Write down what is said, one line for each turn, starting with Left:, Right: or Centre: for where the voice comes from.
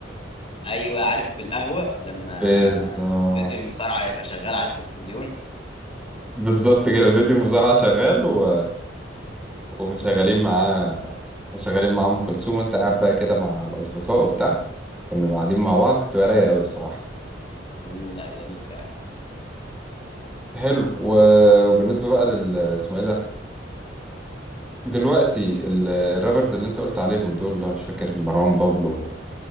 Left: ايوه عارف في القهوه لما
Centre: بالظبط
Left: فيديو المصارعه يبقى شغال على التلفزيون
Centre: بالظبط كده فيديو مزارع شغال و... ومشغلين معاه مشغلين مع ام كلثوم وانت قاعد بقى كده مع الاصدقاء وبتاع كنا قاعدين مع بعض بتبقى رايقه قوي الصراحه
Left: إمم، لأ جميل فعلًا،
Centre: حلو و... وبالنسبة بقى لل اسمه ايه ده دلوقتي ال- الرابرز اللي انت قلت عليهم دول اللي هو مش فاكر مروان بابلو